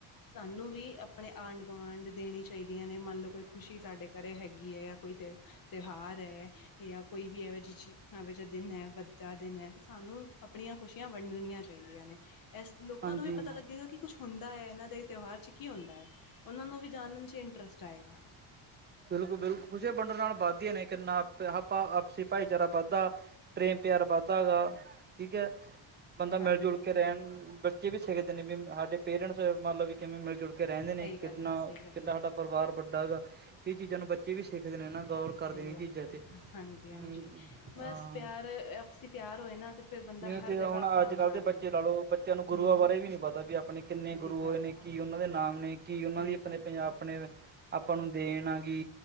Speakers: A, on the left (about 40°); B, on the right (about 20°).
A: ਸਾਨੂੰ ਵੀ ਅਪਣੇ ਆਂਢ-ਗੁਆਂਢ ਦੇਣੀ ਚਾਹੀਦੀਆਂ ਨੇ, ਮੰਨਲੋ ਕੋਈ ਖੁਸ਼ੀ ਸਾਡੇ ਘਰ ਹੈਗੀ ਏ, ਯਾ ਕੋਈ ਤੇ, ਤਿਉਹਾਰ ਹੈ ਯਾ ਕੋਈ ਵੀ ਇਹਵੇ ਜਿ ਆਵੇ ਜਿਹਾ ਦਿਨ ਹੈ ਅੱਜ ਦਾ ਦਿਨ ਏ, ਤੇ ਸਾਨੂੰ ਆਪਣੀਆਂ ਖੁਸ਼ੀਆਂ ਵੰਡਣੀਆਂ ਚਾਹੀਦੀਆਂ ਨੇ। ਇਸ ਲੋਕਾਂ
B: ਹਾਂਜੀ।
A: ਨੂੰ ਵੀ ਪਤਾ ਲੱਗੇਗਾ ਕਿ ਕੁਛ ਹੁੰਦਾ ਏ, ਇਹਨਾਂ ਦੇ ਤਿਉਹਾਰ 'ਚ ਕੀ ਹੁੰਦਾ ਐ। ਉਹਨਾਂ ਨੂੰ ਵੀ ਜਾਨਣ'ਚ ਇੰਟਰਸਟ ਆਏਗਾ।
B: ਬਿਲਕੁਲ-ਬਿਲਕੁਲ, ਖੁਸ਼ੀਆਂ ਵੰਡਣ ਨਾਲ ਵੱਧਦੀਆਂ ਨੇ ਕਿੰਨਾ ਆਪਾ-ਆਪਸੀ ਭਾਈਚਾਰਾ ਬੱਧਦਾ। ਪ੍ਰੇਮ-ਪਿਆਰ ਬੱਧਦਾ ਗਾ, ਠੀਕ ਐ। ਬੰਦਾ
A: ਹਾਂਜੀ
B: ਮਿਲ-ਜੁਲਕੇ ਰਹਿਣ, ਬੱਚੇ ਵੀ ਸਿੱਖਦੇ ਨੇ ਵੀ ਸਾਡੇ ਪੇਰੈਂਟਸ ਮੰਨਲੋ ਵੀ ਕਿਵੇਂ ਮਿਲ-ਜੁਲ ਰਹਿੰਦੇ ਨੇ,
A: ਸਹੀ
B: ਕਿੰਨਾ,
A: ਗੱਲ ਆ ਸਹੀ ਗੱਲ
B: ਕਿੰਡਾ
A: ਆ
B: ਸਾਡਾ ਪਰਿਵਾਰ ਵੱਡਾ ਗਾ, ਇਹ ਚੀਜ਼ਾਂ ਨੂੰ ਬੱਚੇ ਵੀ ਸਿੱਖਦੇ ਨੇ, ਇਹ ਨਾ ਗੌਰ ਕਰਦੇ
A: ਸਹੀ
B: ਨੇ
A: ਗੱਲ
B: ਇਹ ਚੀਜ਼ਾਂ
A: ਐ,
B: ਤੇ।
A: ਹਾਂਜੀ-ਹਾਂਜੀ
B: ਹਮ
A: ਬਸ
B: ਹਾਂ
A: ਪਿਆਰ, ਆਪਸੀ ਪਿਆਰ ਹੋਏ ਨਾ ਤੇ ਫਿਰ ਬੰਦਾ
B: ਜਿਵੇਂ
A: ਹਰ
B: ਕਿ ਹੁਣ
A: ਜਗ੍ਹਾ ਆਪਣਾ
B: ਅੱਜ-ਕੱਲ੍ਹ
A: ਬਣਾ
B: ਦੇ
A: ਲੈਂਦਾ
B: ਬੱਚੇ ਲਾਲੋ, ਬੱਚਿਆਂ ਨੂੰ
A: ਹੂੰ
B: ਗੁਰੂਆਂ
A: ਹੂੰ
B: ਬਾਰੇ ਵੀ ਨੀ ਪਤਾ ਵੀ ਆਪਣੇ ਕਿੰਨੇ
A: ਸਹੀ
B: ਗੁਰੂ ਹੋਏ
A: ਗੱਲ
B: ਨੇ।
A: ਹੈ
B: ਕੀ ਉਹਨਾਂ ਦੇ ਨਾਮ ਨੇ, ਕੀ ਉਹਨਾਂ
A: ਸਹੀ
B: ਦੀ ਆਪਣੇ
A: ਗੱਲ ਹੈ
B: ਪੰਜਾਬ, ਆਪਣੇ ਆਪਾਂ ਨੂੰ ਦੇਣ ਆ ਗੀ।